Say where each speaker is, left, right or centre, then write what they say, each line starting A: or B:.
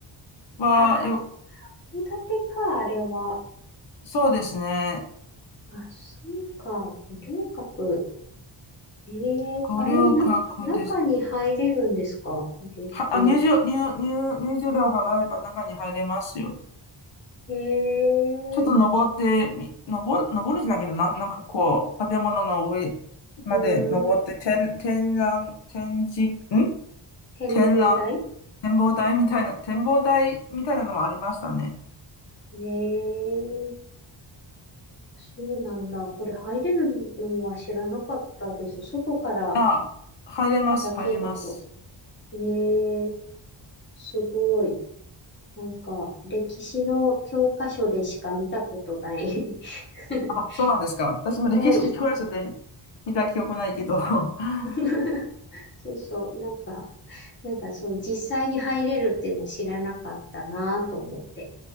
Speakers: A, on the left (about 65°); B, on the left (about 25°).
A: はよ、
B: あ、箱函館か、あれは。
A: そうですね。
B: あ、そうか、五稜郭。ええあれはな、
A: ご留学です。
B: 中に入れるんですか入れて。
A: は、あ、入場、入、入、入場料払えば中に入れますよ。
B: ええ
A: ちょっと登ってみ、登、登るじゃないけど、なん、なんかこう、建物の上まで登って、
B: うん、
A: 展、展覧、展示、ん
B: 展望台
A: 展覧、展望台みたいな、展望台みたいなのもありましたね。
B: ええそうなんだ。これ入れるのは知らなかったです。外から
A: あ、入れます、
B: だけだと。
A: 入れます。
B: ええすごい。なんか、歴史の教科書でしか見たことない <laughs>
A: あ、そうなんですか。私も歴史的教科書で
B: うん、い、
A: 見た記憶ないけど。<laughs>
B: <laughs> そうそう、なんか、なんかそう、実際に入れるっていうの知らなかったなと思って。